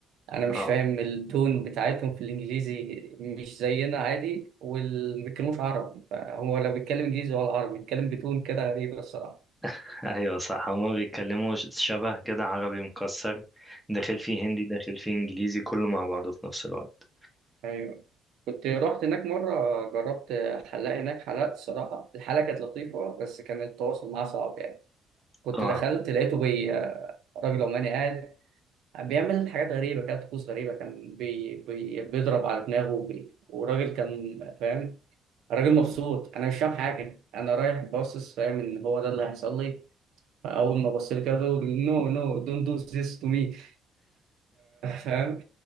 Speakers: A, on the right; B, in the centre.
A: أنا مش
B: اه
A: فاهم التون بتاعتهم في الإنجليزي مش زينا عادي وما بيتكلموش عربي فهو لو بيتكلم إنجليزي ولا عربي بيتكلم بتون كده غريبة الصراحة
B: <laughs> أيوة صح هما بيتكلموا ش- شبه كده عربي مكسر داخل فيه هندي داخل فيه إنجليزي كله مع بعضه في نفس الوقت
A: أيوه كنت رحت هناك مرة جربت حلاق هناك حلقت الصراحة الحلقة كانت لطيفة بس كان التواصل معاه صعب يعني كنت
B: اه
A: دخلت لقيته بي راجل عماني قاعد بيعمل حاجات غريبة كده طقوس غريبة كان بي بي بيضرب على دماغه وبي وراجل كان فاهم راجل مبسوط أنا مش فاهم حاجة أنا رايح باصص فاهم إن هو ده اللي هيحصل لي فأول ما بص لي كده نو نو دونت دو ذيس تو مي فاهم